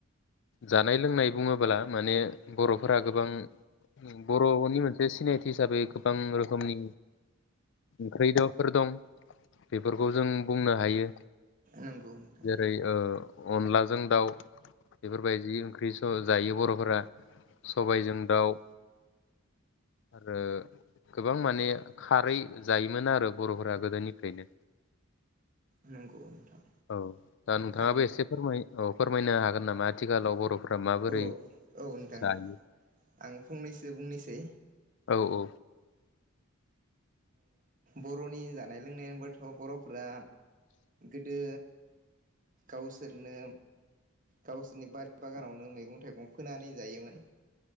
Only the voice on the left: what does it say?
जानाय लोंनाय बुङोब्ला माने बर'फोरा गोबां बर'नि मोनसे सिनायथि हिसाबै गोबां रोखोमनि ओंख्रिफोर दं बेफोरखौ जों बुंनो हायो
जेरै अनलाजों दाउ बेफोरबायदि ओंख्रि जायो बर'फोरा सबायजों दाउ आरो गोबां माने खारै जायोमोन आरो बर'फोरा गोदोनिफ्रायनो
औ दा नोंथाङाबो
एसे फोरमाय औ फोरमायनो हागोन नामा आथिखालाव बर'फोरा माबोरै
जायो।
औ औ